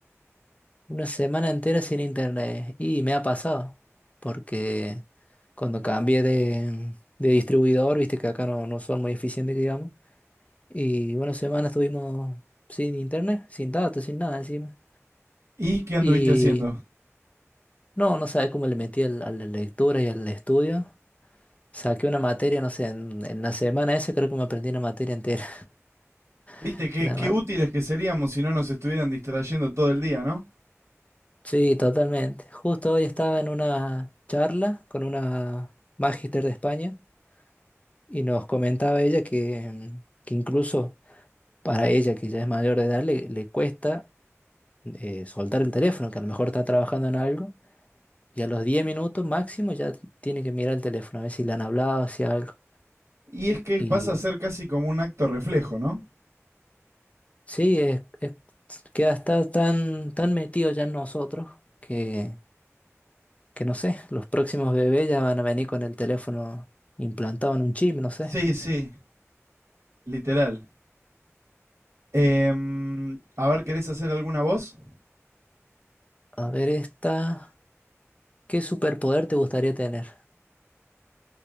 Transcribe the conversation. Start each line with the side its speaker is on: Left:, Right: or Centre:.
Left: Una semana entera sin internet. Y me ha pasado, porque cuando cambié de, de distribuidor, viste que acá no, no son muy eficientes, que digamos. Y una semana estuvimos sin internet, sin datos, sin nada encima.
Right: ¿Y qué anduviste
Left: Y
Right: haciendo?
Left: no, no sabes cómo le metí al- a la lectura y al estudio. Saqué una materia, no sé, en, en la semana esa creo que me aprendí una materia entera.
Right: Viste,
Left: <laughs>
Right: qué,
Left: La
Right: qué
Left: ma-
Right: útiles que seríamos si no nos estuvieran distrayendo todo el día, ¿no?
Left: sí, totalmente. Justo hoy estaba en una charla con una magister de España Y nos comentaba ella que, que incluso para ella, que ya es mayor de edad, le, le cuesta eh, soltar el teléfono, que a lo mejor está trabajando en algo, y a los 10 minutos máximo ya tiene que mirar el teléfono, a ver si le han hablado, si algo.
Right: Y es que
Left: Y
Right: pasa a ser casi como un acto reflejo, ¿no?
Left: sí, es, es- queda está tan, tan metido ya en nosotros que, que no sé, los próximos bebés ya van a venir con el teléfono implantado en un chip, no sé.
Right: Sí, sí. Literal. Em, a ver, ¿querés hacer alguna voz?
Left: A ver esta, ¿qué superpoder te gustaría tener?